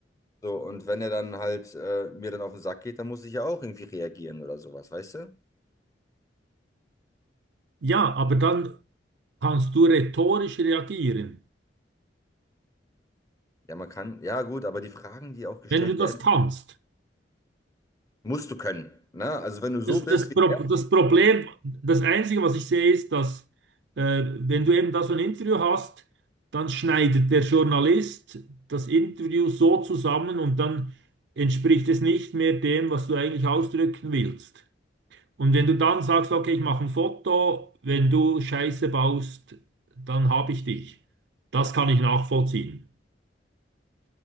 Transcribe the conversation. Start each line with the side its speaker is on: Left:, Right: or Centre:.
Left: So, und wenn er dann halt äh, mir dann auf den Sack geht, dann muss ich ja auch irgendwie reagieren oder sowas, weißt du?
Right: Ja, aber dann kannst du rhetorisch reagieren,
Left: Ja, man kann, ja gut, aber die Fragen, die auch gestellt
Right: wenn du das
Left: werden,
Right: kannst.
Left: musst du können. Ne? Also wenn du so
Right: Das,
Left: bist
Right: das,
Left: wie
Right: Pro
Left: er,
Right: das Problem, das Einzige, was ich sehe, ist, dass äh, wenn du eben da so ein Interview hast, dann schneidet der Journalist das Interview so zusammen und dann entspricht es nicht mehr dem, was du eigentlich ausdrücken willst. Und wenn du dann sagst, okay, ich mache ein Foto, wenn du Scheiße baust, dann habe ich dich. Das kann ich nachvollziehen.